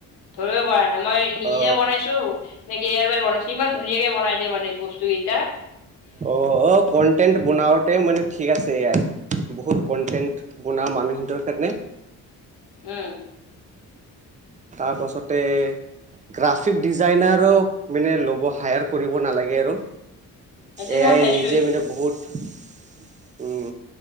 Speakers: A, on the left; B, on the right.
A: ধৰিব পৰা নাই মই নিজে
B: অ
A: বনাইছো নেকি কি এ আই পাই বনাইছে ইমান ধুনীয়াকে বনাই যে মানে বস্তুকেইটা।
B: অহ -অহ কণ্টেণ্ট বনাওতে মানে ঠিক আছে, এ আই। বহুত কন্টেণ্ট বনুৱা মানুহ হেন্তৰ কাৰণে
A: উম
B: তাৰ পাছতে গ্ৰাফিক ডিজাইনাৰো, মানে ল'ব। হায়াৰ কৰিব নালাগে আৰু!
A: সেইটো
B: এআই
A: মই চাইছো
B: নিজে
A: এইটো
B: মানে বহুত, উম